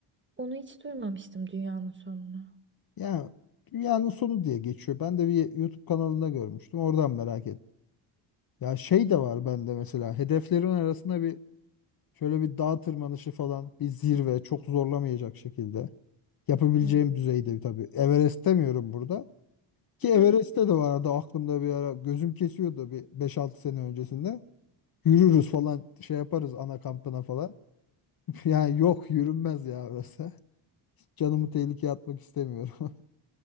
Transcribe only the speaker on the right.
Onu hiç duymamıştım dünyanın sonunu.
Hmm.
Hmm.
<laughs>